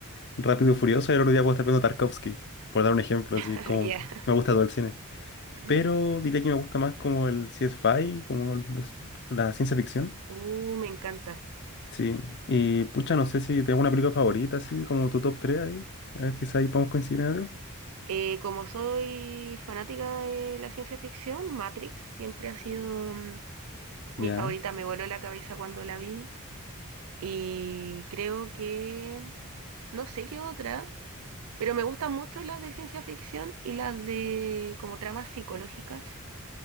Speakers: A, on the left; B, on the right.
A: Rápido y Furioso y el otro día puedo estar viendo Tarkovsky, por dar un ejemplo, así
B: <laughs> Ah,
A: como
B: Ya.
A: que me gusta todo el cine.
B: Mm.
A: Pero diría que me gusta más como el sci-fi, como los- la ciencia ficción.
B: Uh, me encanta.
A: Sí, y pucha,
B: Mm.
A: no sé si tengo una película favorita, así como tu top 3 ahí. A ver, quizá ahí podemos coincidir en algo.
B: Eh, como soy fanática de la ciencia ficción, Matrix siempre ha sido mm, mi
A: Ya,
B: favorita. Me voló la cabeza cuando la vi y creo que no sé qué otra, pero me gustan mucho las de ciencia ficción y las de como tramas psicológicas.